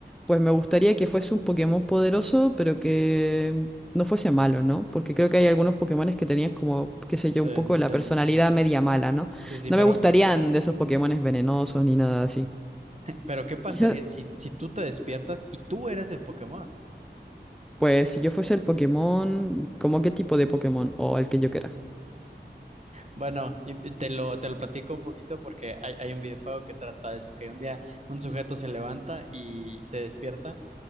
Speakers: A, in the centre; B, on the right.
A: Pues me gustaría que fuese un Pokémon poderoso, pero que no fuese malo, ¿no? Porque creo que hay algunos Pokémones que tenían como, qué sé yo,
B: Sí,
A: un poco
B: sí,
A: la
B: sí.
A: personalidad media mala, ¿no?
B: Sí, sí,
A: No
B: pero,
A: me gustarían de esos Pokémones venenosos ni nada así.
B: pero ¿qué pasaría
A: Quizás,
B: si, si tú te despiertas y tú eres el Pokémon?
A: pues si yo fuese el Pokémon, ¿como qué tipo de Pokémon? O el que yo quiera.
B: Bueno, y- y te lo, te lo platico un poquito porque hay, hay un videojuego que trata de eso, que un día un sujeto se levanta y se despierta